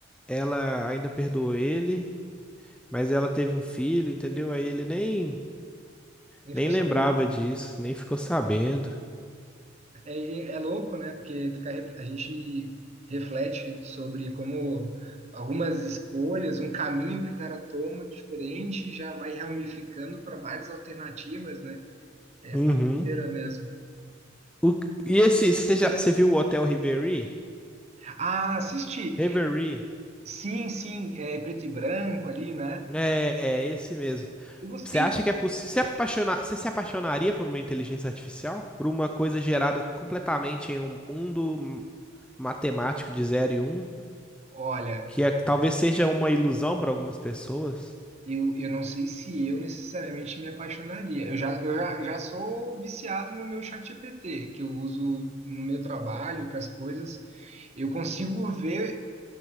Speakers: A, in the centre; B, on the right (about 35°).
A: ela ainda perdoou ele. Mas ela teve um filho, entendeu? Aí ele nem,
B: Nem
A: nem
B: ficou sabendo.
A: lembrava disso, nem ficou sabendo.
B: É, é louco, né? Porque fica, ref- a gente reflete sobre como algumas escolhas, um caminho que o cara toma diferente já vai ramificando para várias alternativas, né? É
A: Uhum.
B: uma doideira mesmo.
A: O- e esse, você já, você viu o Hotel Reverie?
B: Ah, assisti!
A: Reverie?
B: Sim, sim, é preto e branco ali, né?
A: É, é é esse mesmo.
B: Eu gostei.
A: Você acha que é possível? Se apaixonar, você se apaixonaria por uma inteligência artificial? Por uma coisa gerada completamente em um mundo m- matemático de zero e Um,
B: Olha,
A: que é- talvez seja uma ilusão para algumas pessoas?
B: Eu, eu não sei se eu necessariamente me apaixonaria. Eu já, eu já, já sou viciado no meu chat GPT que eu uso no meu trabalho, para as coisas. Eu consigo ver